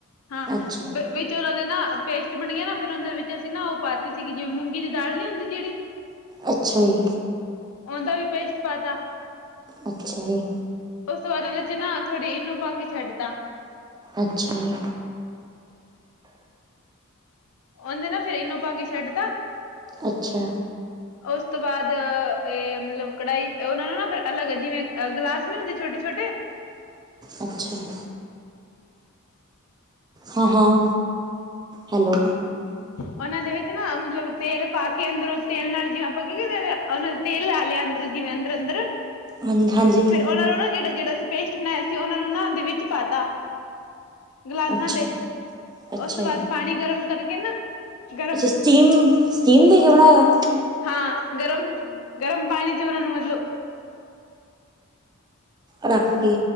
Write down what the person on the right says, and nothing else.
ਅੱਛਾ ਜੀ
ਅੱਛਾ ਜੀ।
ਅੱਛਾ ਜੀ।
ਅੱਛਾ ਜੀ।
ਅੱਛਾ।
ਅੱਛਾ ਜੀ। ਹਾਂ- ਹਾਂ ਹੈਲੋ।
ਹਾਂਜੀ ਹਾਂਜੀ
ਅੱਛਾ
ਅੱਛਾ
ਜੀ
ਅੱਛਾ ਸਟੀਮ- ਸਟੀਮ ਦੇ ਕੇ ਬਣਾਇਆ।
ਰੱਖ ਕੇ।